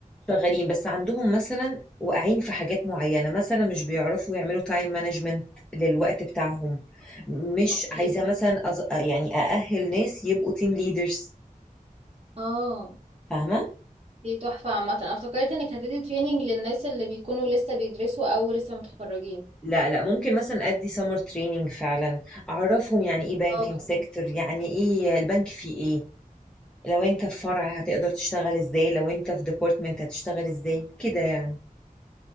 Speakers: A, in the centre; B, on the right.
A: شغالين بس عندهم مثلا واقعين في حاجات معينة مثلا مش بيعرفوا يعملوا تايم مانجمنت للوقت بتاعهم مش
B: اوكي
A: عايزة
B: فهمت
A: مثلا أز... يعني أأهل ناس يبقوا تيم ليدرز
B: اه
A: فاهمة
B: دي تحفة عامة انا افتكرت انك هتدي تريننج للناس اللي بيكونوا لسه بيدرسوا او لسه متخرجين
A: لا لا ممكن مثلا ادي سمر تريننج فعلا اعرفهم يعني ايه بانكينج
B: اه بالظبط
A: سيكتور يعني ايه البنك فيه ايه لو انت في فرع هتقدر تشتغل ازاي لو انت في ديبارتمنت هتشتغل ازاي كده يعني